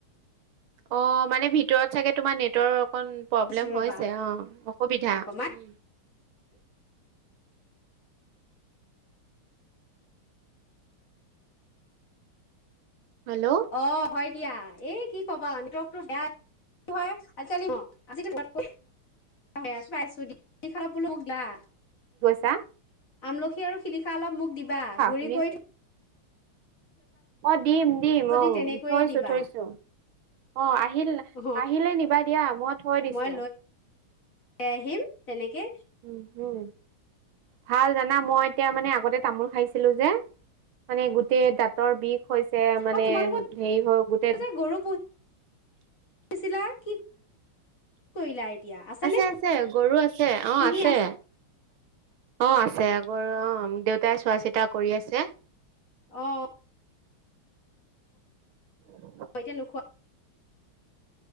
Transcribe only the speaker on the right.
অ মানে ভিতৰত চাগে তোমাৰ নেটৱৰ্ক। অকণ প্ৰব্লেম
হৈছে অ অসুবিধা
উম। হেল্ল'
চা।
শুনিছো
অ দিম দিম।
অ,
থৈছো
থৈছো। অ আ আহিল।
আহিলে নিবা দিয়া মই থৈ দিছো।
উম উম ভাল জানা মই এতিয়া মানে আগতে তামোল খাইছিলো যে মানে গোটেই দাঁতৰ বিষ। হৈছে মানে
হেৰি হওক গোটেই।
আছে আছে গৰু আছে। অ
আছে।
অ আছে। গৰু অ দেউতাই চোৱা চিতা কৰি আছে।
<inaudible>